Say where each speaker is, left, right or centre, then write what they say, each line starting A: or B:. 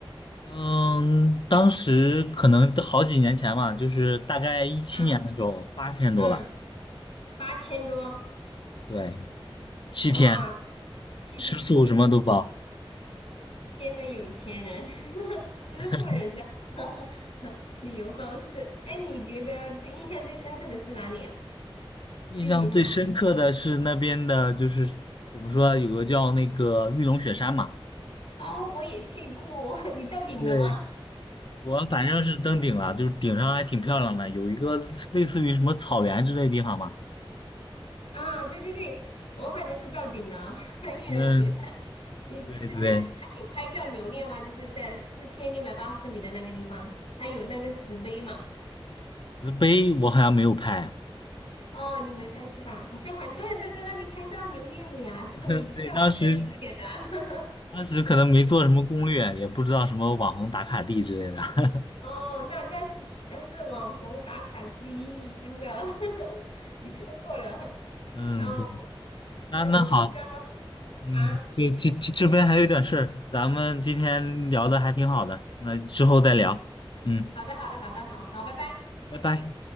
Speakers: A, on the left; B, on the left.
A: 嗯，当时可能都好几年前嘛，就是大概一七年的时候，
B: 嗯
A: 八千多吧。
B: 嗯，八千多，
A: 对，七天，
B: 哇，七千
A: 吃宿什么都包。
B: 天呐，有钱人，<laughs> 这是富人的
A: <laughs>
B: <laughs> 旅游方式。哎，你觉得最印象最深刻的是哪里啊？去云南
A: 印象最深刻的是那边的，就是怎么说啊，有个叫那个玉龙雪山嘛，
B: 啊，我也去过。<laughs> 你到顶了吗？
A: 对，我反正是登顶了，就是顶上还挺漂亮的，有一个类似于什么草原之类的地方嘛。
B: 啊，对对对，我反正是到顶了，<laughs> 玉人雪山。
A: 嗯，
B: 你就是，
A: 对对，
B: 那你拍有拍照留念吗？就是在四千六百八十米的那个地方，还有那个石碑嘛。
A: 石碑我好像没有拍，
B: 哦，你没拍是吧？好像很多人都在那里拍照留念的呀。其实我已经到了这个顶点了。
A: <laughs> 对，当时当时可能没做什么攻略，也不知道什么网红打卡地之类的。<laughs>
B: 哦，那那是那是网红打卡之一，真的，<laughs> 你错过了。
A: 嗯，
B: 然后，
A: 对，那那好，
B: 我我就觉得
A: 嗯，
B: 啊，
A: 这这这这边还有点事儿，咱们今天聊的还挺好的，那之后再聊。
B: 嗯，
A: 嗯。
B: 好的，好的，好的，好好，拜拜。
A: 拜拜。